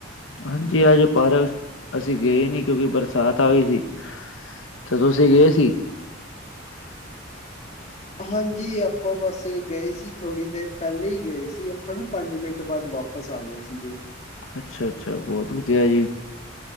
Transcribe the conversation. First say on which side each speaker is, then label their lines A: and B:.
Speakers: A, on the left; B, on the left.
A: ਹਾਂਜੀ, ਅੱਜ ਪਾਰਕ ਅਸੀਂ ਗਏ ਨਹੀਂ, ਕਿਉਂਕਿ ਬਰਸਾਤ ਆ ਗਈ ਸੀ। ਤੇ ਤੁਸੀਂ ਗਏ ਸੀ
B: <unintelligible> ਹਾਂਜੀ ਆਪਾਂ ਬਸ ਗਏ ਸੀ ਥੋੜ੍ਹੀ ਦੇਰ ਪਹਿਲੇ ਹੀ ਗਏ ਸੀ ਆਪਾਂ ਨਾ ਪੰਜ ਮਿੰਟ ਬਾਅਦ ਵਾਪ ਵਾਪਸ ਆਏ ਸੀਗੇ
A: ਅੱਛਾ ਅੱਛਾ ਬਹੁਤ ਵਧੀਆ ਜੀ